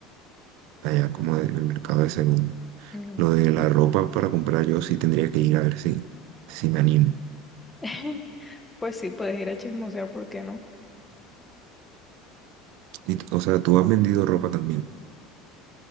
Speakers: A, on the right; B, on the left.
A: allá como en el mercado de segundo.
B: ujú.
A: Lo de la ropa para comprar yo sí tendría que ir a ver si, si me animo.
B: <laughs> Pues sí, puedes ir a chismosear, ¿por qué no?
A: Y, o sea, tú has vendido ropa también.